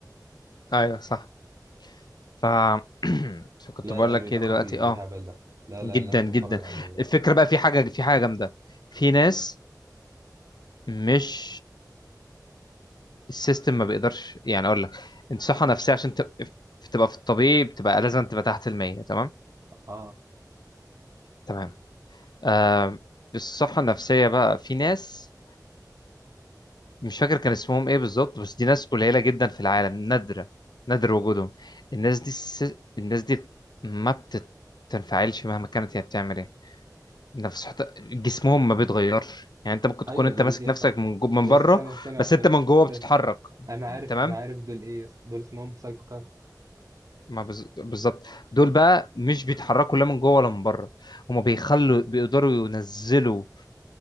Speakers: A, on the left; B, on the right.
A: ايوه صح ف <clears throat> فكنت
B: لا
A: بقول
B: الانمي
A: لك
B: ده
A: ايه دلوقتي
B: خطير ايه
A: اه
B: الهبل ده لا لا
A: جدا
B: لازم
A: جدا
B: اتفرج على الانمي ده
A: الفكره بقى في حاجه في حاجه جامده في ناس مش السيستم ما بيقدرش يعني اقول لك انت صحه نفسيه عشان تب- تبقى في الطبيعي بتبقى لازم تبقى تحت المية تمام
B: اه
A: تمام آه الصحه النفسيه بقى في ناس مش فاكر كان اسمهم ايه بالظبط بس دي ناس قليله جدا في العالم نادره نادر وجودهم الناس دي الس... الناس دي ما بتنفعلش مهما كانت هي بتعمل ايه نفس حتى جسمهم ما بيتغيرش يعني انت ممكن تكون
B: ايوه
A: انت
B: دول
A: ماسك
B: يس
A: نفسك من جو... من
B: يس
A: بره
B: ثانية ثانية
A: بس
B: واحدة ثانية.
A: انت من جوه
B: ده-
A: بتتحرك
B: انا عارف
A: تمام
B: انا عارف دول ايه يس دول اسمهم سايكوباث
A: ما بز- بالظبط دول بقى مش بيتحركوا لا من جوه ولا من بره هم بيخلوا بيقدروا ينزلوا